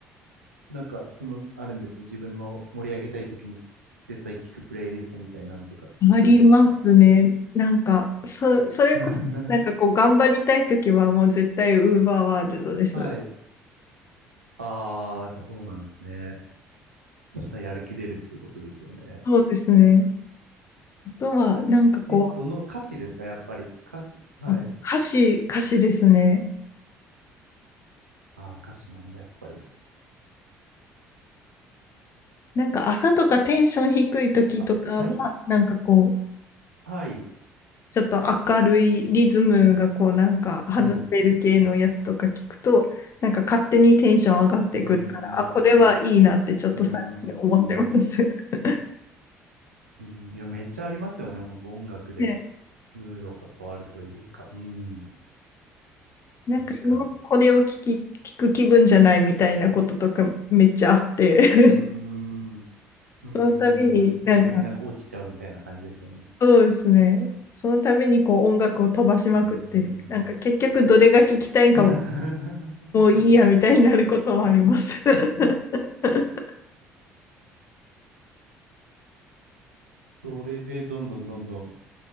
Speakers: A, on the right; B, on the left.
A: なんか、その、あるんです。自分の盛り上げたい時に絶対聞くプレイリストみたいなのとか作ってるんですか
B: ありますね。なんか、そ、それこそ、
A: <laughs>
B: なんかこう、頑張りたいときはもう絶対ウーバーワールドです。
A: はい。あー、やっぱそうなんですね。そしたらやる気出るっていうことですよね。
B: そうですね。あとは、なんかこ
A: え、どの、歌詞ですかやっぱり。歌詞。はい。
B: う、あ歌詞、歌詞ですね。
A: あー、歌詞なんだ、やっぱり。
B: なんか朝とかテンション低い時とかは、
A: あ、はい。
B: なんかこう、
A: はい。
B: ちょっと明るいリズムがこう、なんか外れる系のやつとか聞くと、
A: うん。
B: なんか勝手にテンション上がってくるから、
A: うーん。
B: あ、これはいいなってちょっと最近思ってます。
A: うーん。
B: <laughs>
A: うん。いや、めっちゃありますよね。ほんと音楽で。
B: で、
A: ムードが変わるというか。うん。
B: なんか今これを聞き、
A: 確かに。
B: 聞く気分じゃないみたいなこととかめっちゃあって、<laughs>
A: うーん。うーん。
B: その度になんか
A: 逆になんか落ちちゃうみたいな感じですよね。
B: そうですね。そのためにこう音楽を飛ばしまくって、
A: うーん。
B: なんか結局どれが聞きたいんかは
A: <laughs>
B: もういいやみたいになることもあります。<laughs>
A: それでどんどんどんどん